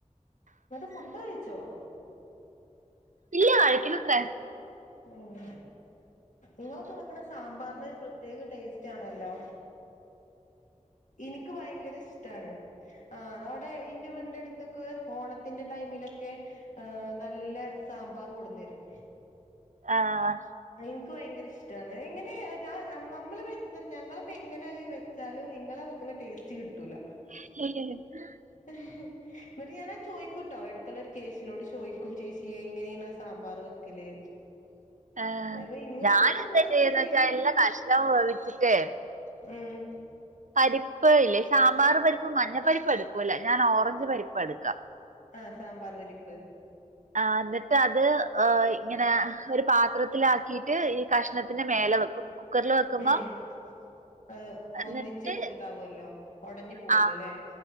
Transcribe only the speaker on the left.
ന്നട്ട് ഫുഡ് കഴിച്ചോ.
ഉം. ഇങ്ങളൊക്കെ വെക്കണ സാമ്പാർന് ഒരു പ്രത്യേക ടേസ്റ്റാണല്ലോ. ഇനിക്ക് ഭയങ്കരഷ്ടാണ്. ആഹ് ആടെ ഇന്റെ വീടിന്റെട്ത്തൊക്കെ ഓണത്തിന്റെ ടൈമിലൊക്കെ. ഏഹ് നല്ല സാമ്പാറ് കൊടുന്നരും.
വെ എൻക്ക് ഭയങ്കര ഇഷ്ടാണ് എങ്ങനെ ഞ നമ്മ നമ്മളിപ്പത്ര ഞങ്ങളപ്പ എങ്ങനെവ് വെ ച്ചാലു ഇങ്ങള വെക്ക്ണ ടേസ്റ്റ് കിട്ടൂല.
ഇഹ്. ന്നട്ട് ഞാനാ ചോയ്ക്കൂട്ടോ എട്ത്ത്ള്ളരു ചേച്ചിനോട് ചോയിക്കും ചേച്ചിയേ എങ്ങനെയാണ് സാമ്പാറ് വെക്കല്.
അപ്പൊ ഇങ്ങള്
വെക്കണ പോലെ
തന്നെയാണ്
ഉം
ആഹ് സാമ്പാറ് പരിപ്പ്
ഉം ആ
ഒന്നി ച്ച് ഇതാവല്ലോ ഒടഞ്ഞു പോവൂലല്ലേ